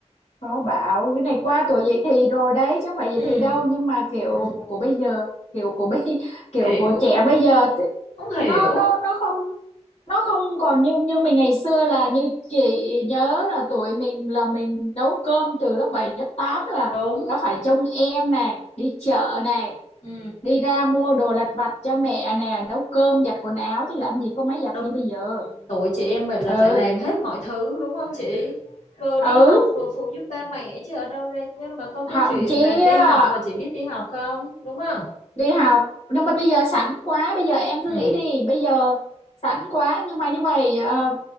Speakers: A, on the left (about 60°); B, on the left (about 85°).
A: có bảo cái này qua tuổi dậy thì rồi đấy chứ không phải dậy
B: Ừ.
A: thì đâu nhưng mà kiểu
B: Ừ.
A: của bây giờ kiểu của bây <laughs> kiểu
B: kiểu
A: của trẻ
B: ừ,
A: bây giờ
B: không
A: nó
B: hiểu
A: nó nó không nó không còn như như mình ngày xưa là như chị nhớ là tuổi mình là mình nấu cơm từ lớp 7 lớp 8 là
B: đúng
A: đã phải trông em này đi chợ này
B: ừ.
A: đi ra mua đồ lặt vặt cho mẹ nè nấu cơm giặt quần áo chứ làm gì có máy giặt
B: đúng
A: như bây giờ
B: tuổi chị em mình là
A: ừ
B: phải làm hết mọi thứ đúng không chị vừa đi
A: ừ
B: học vừa phụ giúp ba mẹ chứ ở đâu ra nhưng mà có cái
A: thậm
B: chuyện
A: chí
B: mà đi
A: á,
B: học rồi chị biết đi học không đúng không
A: đi học nhưng mà bây giờ sẵn quá bây giờ em cứ
B: ừ.
A: nghĩ đi bây giờ sẵn quá nhưng mà như vậy ờ,